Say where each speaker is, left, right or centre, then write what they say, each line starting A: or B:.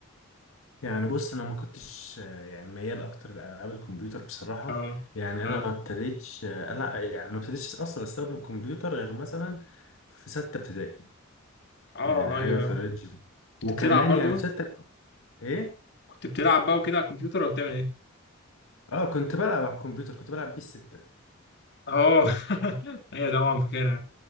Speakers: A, on the left; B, on the left.
A: يعني بص انا ما كنتش آه، يعني ميال اكتر لالعاب الكمبيوتر بصراحه
B: اه
A: يعني
B: اه
A: انا ما ابتديتش آه، لا يعني ما ابتديتش اصلا استخدم كمبيوتر غير مثلا في سته ابتدائي
B: اه
A: يعني حاجه
B: ايوه
A: في اه الرينج ده
B: كنت
A: وكمان
B: بتلعب برضو
A: يعني في سته ايه
B: كنت بتلعب بقى وكده على الكمبيوتر ولا بتعمل ايه
A: اه كنت بلعب على الكمبيوتر كنت بلعب بيه السته
B: اه <laughs> هي طبعا فاكرها